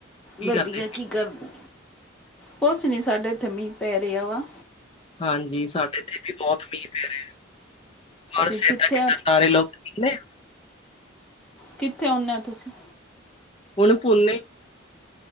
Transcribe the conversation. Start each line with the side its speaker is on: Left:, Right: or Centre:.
Left: ਕੀ
Centre: ਵਧੀਆ
Left: ਕਰਦੇ ਸੀ
Centre: ਕੀ ਕਰਦੇ ਕੁੱਛ ਨੀ ਸਾਡੇ ਇੱਥੇ ਮੀਂਹ ਪੈ ਰਿਹਾ ਵਾ।
Left: ਹਾਂਜੀ, ਸਾਡੇ ਇੱਥੇ ਵੀ ਬਹੁਤ ਮੀਂਹ ਪੈ ਰਿਹਾ ਹੈ। ਹੋਰ
Centre: ਤੇ
Left: ਸਿਹਤਾਂ
Centre: ਕਿੱਥੇ
Left: ਕਿੱਦਾਂ, ਸਾਰੇ ਲੋਕ ਠੀਕ ਨੇ।
Centre: ਕਿੱਥੇ ਆਉਨੇ ਹੋ ਤੁਸੀਂ।
Left: ਹੁਣ ਪੁਨੇ